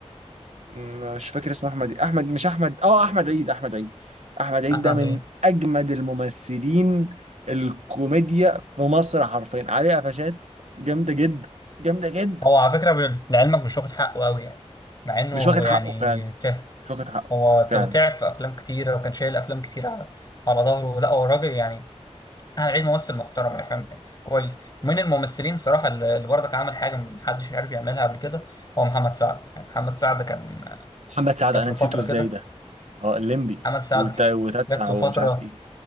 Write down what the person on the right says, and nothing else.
م- مش فاكر اسمه احمد إيه. احمد مش احمد اه احمد عيد احمد عيد احمد عيد
ده من
اجمد الممثلين الكوميديا في مصر حرفيا عليه قفشات جامده جدا جامده جدا
مش واخد
حقه فعلا
مش واخد حقه
فعلا
محمد سعد
انا
نسيته
ازاي
ده اه الليمبي
وت- وتتع
ومش
عارف ايه